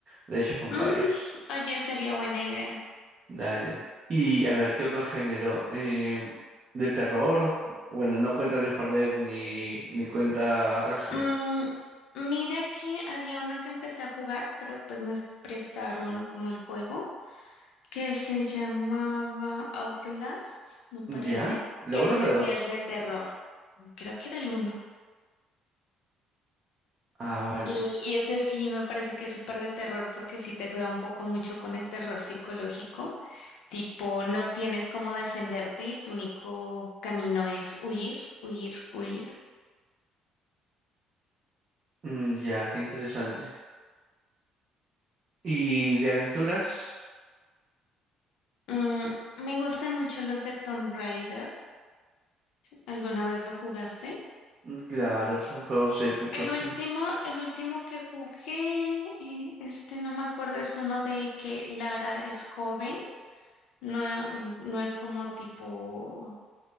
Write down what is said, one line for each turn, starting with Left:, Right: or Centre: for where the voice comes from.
Right: de Age of Empires.
Left: Mm, oye, sería buena idea.
Right: Dale. Y a ver, ¿qué otro género? Em, ¿de terror? Bueno, no cuenta Left 4 Dead ni, ni cuenta Resident.
Left: Mm, mira que había uno que empecé a jugar, pero pues me prestaron como el juego, que se llamaba Outlast, me parece,
Right: ¿Ya? ¿La
Left: que
Right: uno
Left: ese
Right: o la dos
Left: sí es de terror. Creo que era el uno.
Right: Ah, vale.
Left: Y, y ese sí me parece que es súper de terror porque sí te juega un poco mucho con el terror psicológico, tipo no tienes cómo defenderte y tu único camino es huir, huir, huir.
Right: Mm, ya, qué interesante. ¿Y de aventuras?
Left: Mm, me gustan mucho los de Tomb Raider. ¿Alguna vez lo jugaste?
Right: Mm, Claro, son juegos épicos.
Left: El último, el último que jugué, eh, este no me acuerdo, es uno de que Lara es joven, no, no es como tipo